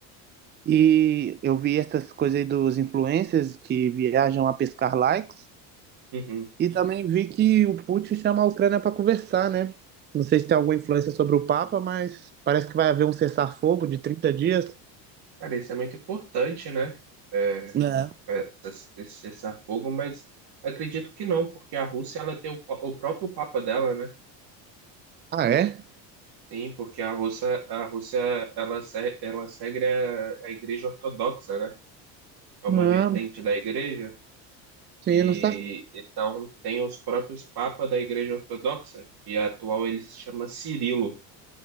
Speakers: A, on the right; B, on the right.
A: E eu vi essas coisas aí dos influencers que viajam a pescar likes.
B: Uhum.
A: E também vi que o Putin chama a Ucrânia para conversar, né? Não sei se tem alguma influência sobre o Papa, mas parece que vai haver um cessar-fogo de trinta dias.
B: Cara, isso é muito importante, né? É,
A: Né?
B: é, esse esse cessar-fogo, mas acredito que não, porque a Rússia ela tem o, pa- o próprio papa dela, né?
A: Ah, é?
B: Sim, porque a Rússia, a Rússia ela, se- ela segue a, a Igreja Ortodoxa, né? É uma
A: Não,
B: vertente da Igreja.
A: sim,
B: E
A: eu não sabe.
B: então tem os próprios papas da Igreja Ortodoxa, e a atual ele se chama Cirilo.